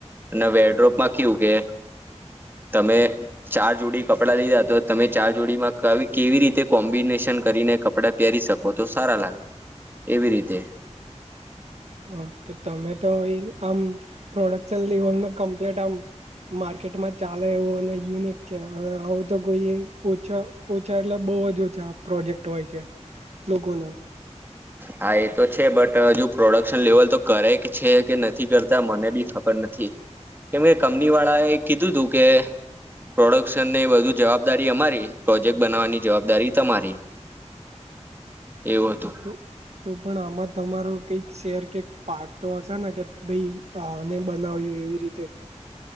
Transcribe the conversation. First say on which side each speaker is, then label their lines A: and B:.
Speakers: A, on the right (about 15°); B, on the right (about 65°).
A: અને વેરડ્રોપ માં કેવું કે તમે ચાર જોડી કપડા લીધા તો તમે ચાર જોડીમાં કવિ કેવી રીતે કોમ્બિનેશ ન કરીને કપડા પહેરી શકો તો સારા લાગ એવી રીતે.
B: ઓ તો તમે તો આમ પ્રોડક્શન લેવલ નું કમ્પ્લેટ આમ માર્કેટમાં ચાલે એવું અને યુનિક છે આવું તો કોઈ ઓછા ઓછા એટલે બહું જ ઓછા પ્રોજેક્ટ હોય છે લોકોના.
A: હા એ તો છે બટ હજુ પ્રોડક્શન લેવલ તો કરે કે છે કે નથી કરતા મને બી ખબર નથ થી કેમ કે કમની વાળા એ કીધું તું કે પ્રોડક્શન ને બધુ જવાબદારી અમારી પ્રોજેક્ટ બનાવવાની જવાબદારી તમારી.
B: <inaudible>
A: એવું હતું.
B: હા, તો તો પણ આમાં તમારો કઈક શેર કે પાર્ટ તો હશે ને કે ભઈ આને બનાવ્યું એવી રીતે.